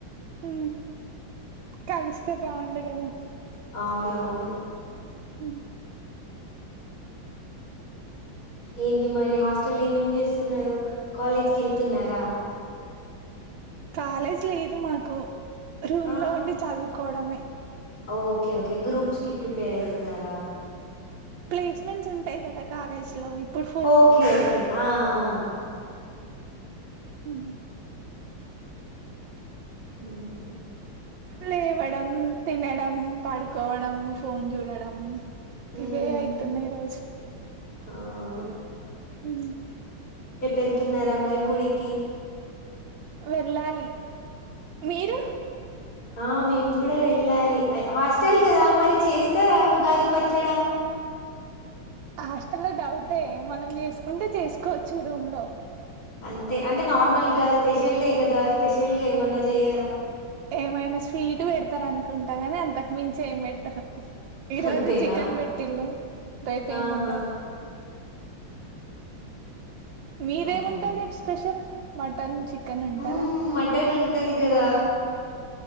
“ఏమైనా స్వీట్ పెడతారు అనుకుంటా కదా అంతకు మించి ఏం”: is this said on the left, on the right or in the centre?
Right